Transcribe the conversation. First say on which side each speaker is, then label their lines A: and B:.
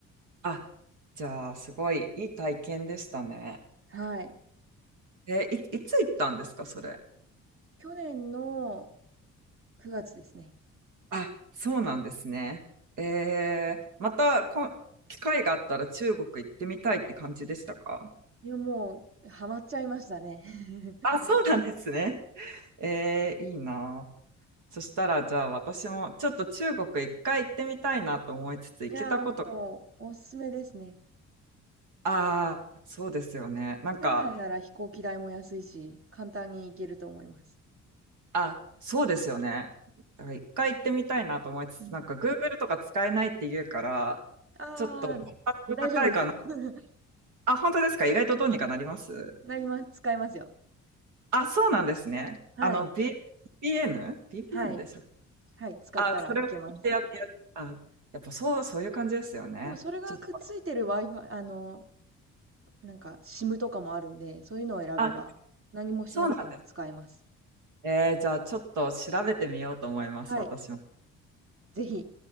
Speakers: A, on the right; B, on the right.
A: あ、じゃあ、すごいいい体験でしたね。
B: はい。
A: えー、い、いつ行ったんですか、それ。
B: 去年の9月ですね。
A: あ、そうなんですね。えー、またこ、機会があったら中国行ってみたいって感じでしたか
B: いや、もうハマっちゃいましたね。<laughs>
A: あ、そうなんですね。えー、いいなあ。そしたら、じゃあ私もちょっと中国一回行ってみたいなと思いつつ、行けたこと、
B: いやー、もうおすすめですね。
A: ああ、そうですよね。なんか、
B: 上海なら飛行機代も安いし、簡単に行けると思います。
A: あ、そうですよね。だから一回行ってみたいなと思いつつ、
B: うん。
A: なんか Google とか使えないって言うから、
B: あー大丈夫ですよ。
A: ちょっと、ハードル高いかな。
B: <laughs>
A: あ、本当ですか意外とどうにかなります
B: なります。使えますよ。
A: あ、そうなんですね。
B: はい。
A: あの、B、v p n b
B: はい。
A: p n でしたっけ
B: はい。使ったらいけます。
A: あ、それを聞いてや、や、あ、やっぱそう、そういう感じですよね。
B: でもそれがくっついてる
A: ちょっと、
B: Wi-Fi、あの、なんか SIM とかもあるんで、そういうのを選べば何もしなくても使えます。
A: あ、そうなんだ。えー、じゃあちょっと調べてみようと思います、
B: はい。
A: 私も。
B: ぜひ。